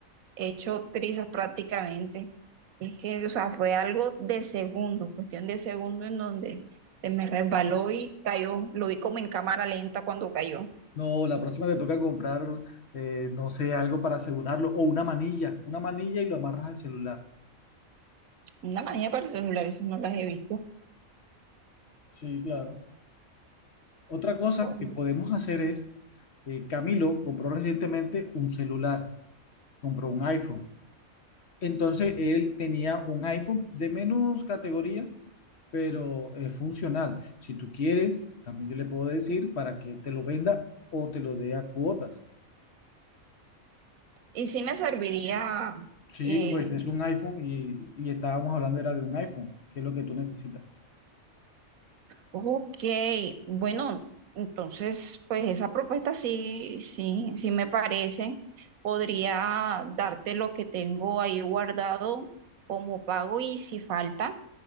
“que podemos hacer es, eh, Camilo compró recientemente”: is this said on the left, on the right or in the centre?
Left